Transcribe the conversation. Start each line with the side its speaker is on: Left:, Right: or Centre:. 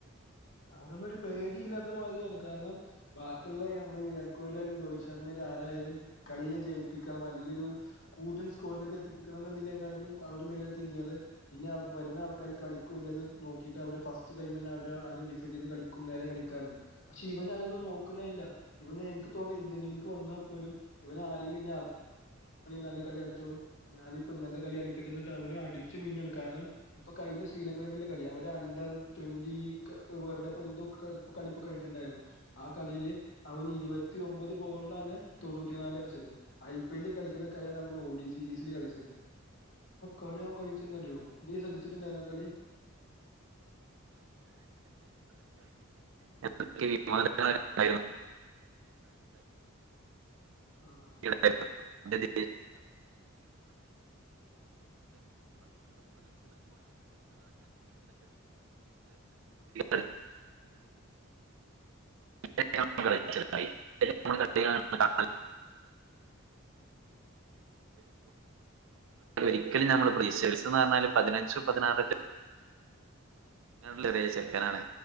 Left: അവരൊന്നും ഒരു പേടിയില്ലാത്ത മാതിരിയാണ് കാരണം ബാക്കിയുള്ള നമ്മളെ വിരാട് കോഹ്ലിയാലും രോഹിത് ശർമ്മയിലും ആരായാലും കളിയെ ജയിപ്പിക്കണം അല്ലെങ്കിൽ കൂറ്റൻ സ്കോറിലേക്ക്‌ എത്തിപ്പിക്കണന്നതിലെകാട്ലും അവര് മൈനായി തിങ്ക് ചെയ്തത് ഇനി അൾ വരുന്ന ആൾക്കാര് കളിക്ക്യോ ഇല്ലയോന്ന് നോക്കിട്ട് അവരെ ഫസ്റ്റ് ടൈമ് തന്നെ ആ ഒരു ഡിഫ് കളിക്കും നേരെ കളാറുണ്ട് പക്ഷെ ഇവന് അതന്നും നോക്കുന്നേ ഇല്ല ഇവ എനിക്ക് തോന്ന ഇന്ത്യൻ ടീമിക്ക് വന്ന ഇവരാരേലും നല്ല കളി കളിച്ചോളും ഞാനിപ്പം ഇങ്ങനത്തെ കളി കളിക്കട്ടെ അടിച്ചു മിന്നാണ് കാരണം ഇപ്പൊ കഴിഞ്ഞ ശ്രീലങ്കുള്ള കളി അവര് അണ്ടർ ട്വന്റി വേൾഡ് കപ്പ് എന്തോ കളിപ്പോ കഴിട്ടുണ്ടായിരുന്നു ആ കളിയില് അവൻ ഇരുപത്തി ഒമ്പത് ബോളാണ് തൊണ്ണൂറ്റി നല് അടിച്ചത് ഐ പി എല്ലിൽ കളിക്കണ കളിയാണ് അവൻ സീരീസിൽ കളിച്ചത് കളിയൻ കളിച്ച്ന്നറിയോ നീ ശ്രദ്ധിച്ചിട്ടുണ്ടായിന്നോ കളി
Right: എന്തൊക്കെ വിണ്ട
Left: ആ അതെ
Right: <unintelligible>
Left: അതെ
Right: തിന <unintelligible> <unintelligible> <unintelligible> ഒരിക്കലും നമ്മൾ പ്രീക്ഷിച്ചന്ന് പറഞ്ഞാല് പതിനഞ്ച് പതിനാറ് ട്ടിൽെറിയ ചെക്കനാണ്